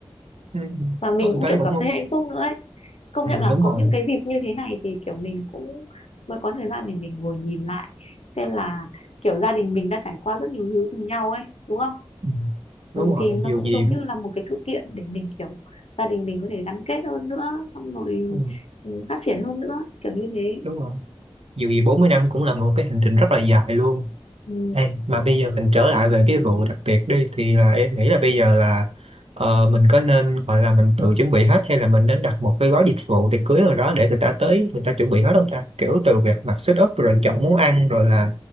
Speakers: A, on the right; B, on the left.
A: Ừ.
B: Và mình
A: anh
B: cũng
A: thấy
B: kiểu
A: cũng
B: cảm thấy hạnh phúc nữa ấy công
A: ừ,
B: nhận là
A: đúng
B: có
A: rồi
B: những cái dịp như thế này thì kiểu mình cũng mới có thời gian để mình ngồi nhìn lại xem là kiểu gia đình mình đã trải qua rất nhiều thứ cùng nhau ấy đúng không
A: Ừ.
B: ừ,
A: đúng rồi
B: thì nó
A: dù
B: cũng
A: gì
B: giống như là một cái sự kiện để mình kiểu gia đình mình có thể gắn kết hơn nữa xong rồi
A: ừ,
B: ừ, phát triển hơn nữa kiểu như thế
A: đúng rồi dù gì 40 năm cũng là một cái hành trình rất là dài luôn
B: ừ.
A: Ê, mà bây giờ mình trở lại về cái vụ đặc biệt đi thì là em nghĩ là bây giờ là ờ, mình có nên gọi là mình tự chuẩn bị hết hay là mình nên đặt một cái gói dịch vụ tiệc cưới nào đó để người ta tới người ta chuẩn bị hết không ta kiểu từ việc mặc set up rồi chọn món ăn rồi là